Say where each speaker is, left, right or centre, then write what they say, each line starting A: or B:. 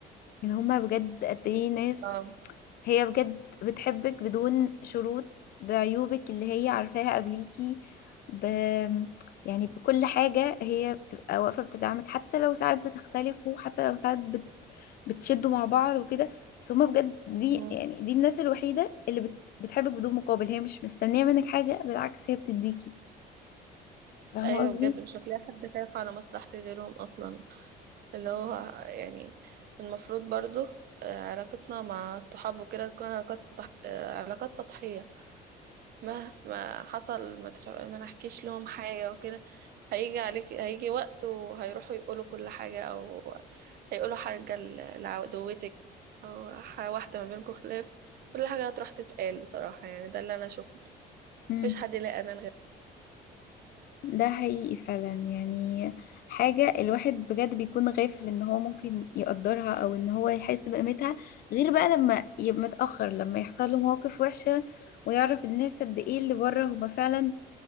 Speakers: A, on the left (about 65°); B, on the right (about 65°).
A: ان هما بجد قد ايه ناس
B: اه
A: هي بجد بتحبك بدون شروط بعيوبك اللي هي عارفاها قبليكي ب... يعني بكل حاجة هي بتبقى واقفة بتدعمك حتى لو ساعات بتختلفوا حتى لو ساعات بت... بتشدوا مع بعض وكده بس هما بجد دي
B: مم.
A: يعني دي الناس الوحيدة اللي بت... بتحبك بدون مقابل هي مش مستنية منك حاجة بالعكس هي بتديكي فاهمة
B: أيوة
A: قصدي؟
B: بجد مش هتلاقي حد خايف على مصلحتك غيرهم أصلا اللي هو يعني المفروض برضو آه، علاقتنا مع الصحاب وكده تكون علاقات سطح... آه، علاقات سطحية مهما حصل ما, تش... ما نحكيش لهم حاجة وكده هيجي عليك هيجي وقت وهيروحوا يقولوا كل حاجة أو هيقولوا حاجة ل- لعدوتك أو ح- واحدة ما بينكم خلاف كل حاجة هتروح تتقال بصراحة يعني ده اللي أنا أشوفه
A: امم.
B: مفيش حد يلاقي أمان غير
A: ده حقيقي فعلا يعني حاجة الواحد بجد بيكون غافل ان هو ممكن يقدرها او ان هو يحس بقيمتها غير بقى لما يبقى متأخر لما يحصل له مواقف وحشة ويعرف الناس قد ايه اللي بره هما فعلا